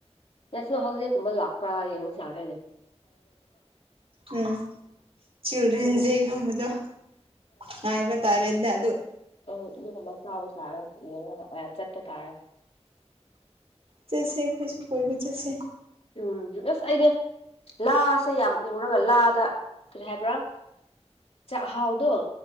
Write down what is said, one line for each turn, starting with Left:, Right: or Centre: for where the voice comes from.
Left: ꯅꯦꯁꯅꯦꯜ ꯍꯣꯂꯤꯗꯦ꯫ꯀꯨꯝꯕ ꯂꯥꯛꯄ꯭ꯔꯥ ꯌꯦꯡꯕꯁꯨ ꯂꯥꯛꯇꯦꯅꯦ <inaudible>
Right: ꯎꯝ ꯆꯤꯜꯗ꯭ꯔꯦꯟꯁꯦꯒꯝꯕꯗꯣ
Left: ꯎꯝ
Right: ꯉꯥꯏꯕ ꯇꯥꯔꯦꯗ ꯅ
Left: ꯎ ꯑꯗꯨꯅ ꯑꯃ ꯆꯥꯕ ꯁꯥ ꯌꯦꯡꯉꯒ ꯆꯠꯄ ꯇꯥꯔꯦ
Right: ꯆꯦꯁꯦꯈꯣꯏꯁꯨ ꯀꯕꯨ ꯆꯦꯁꯦ
Left: ꯎꯝ ꯑꯁ ꯑꯩꯗꯤ ꯂꯥꯁꯦ ꯌꯥꯝ ꯎꯔꯒ ꯂꯥꯗ ꯀꯔꯤ ꯍꯥꯏꯕ꯭ꯔꯥ ꯆꯥꯛꯍꯥꯎꯗꯣ